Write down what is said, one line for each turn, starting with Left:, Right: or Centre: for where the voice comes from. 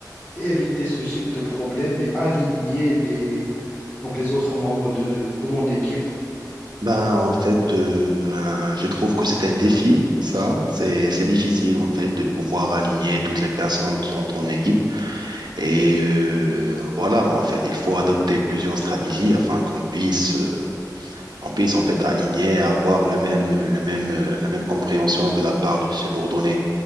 Left: éviter ce type de problème et aligner les, les donc les autres membres de, de mon équipe?
Right: Ben, en fait, euh, euh, je trouve que c'est un défi, ça. C'est, c'est difficile, en fait, de pouvoir aligner toutes les personnes dans ton équipe. Et euh, voilà, en fait, il faut adopter plusieurs stratégies afin qu'on puisse euh, on puisse en fait aligner et avoir le même, euh, le même, euh, la même compréhension de la part de subordonnés,